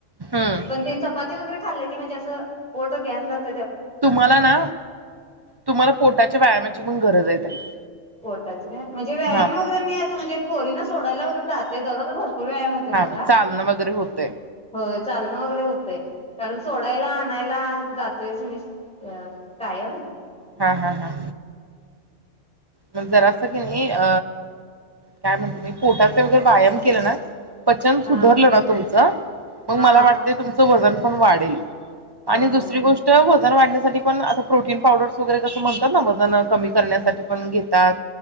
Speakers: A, on the right; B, in the centre.
A: हम्म
B: पण ते चपाती वगैरे खाल्ले की म्हणजे असं पोट गॅस धरते.
A: तुम्हाला ना तुम्हाला पोटाच्या व्यायामाची पण गरजा आहे. <unintelligible>
B: पोटाच नाही म्हणजे व्यायाम
A: हा
B: वगैरे मी असं म्हणजे पोरी ना सोडायला वगैरे जाते. ते दररोज भरपूर व्यायाम होतोय माझा
A: हा चालणं वगैरे होतय
B: होय चालन वगैरे होतंय कारण सोडायला सोडायला आणायला जातोयच मी अ कायम
A: हा हा हा मग जरा असं की नाही अ काय म्हणते मी पोटाचा वगैरे व्यायाम केला ना पचन सुधारलं
B: हा हा
A: ना तुमचं मग
B: हा
A: मला वाटते तुमचं वजन पण वाढेल.
B: हा
A: आणि
B: हा
A: दुसरी गोष्ट बोल वजन वाढण्यासाठी पण आता प्रोटीन पावडर वगैरे कसं म्हणतात वजन कमी कर म्हणून घेतात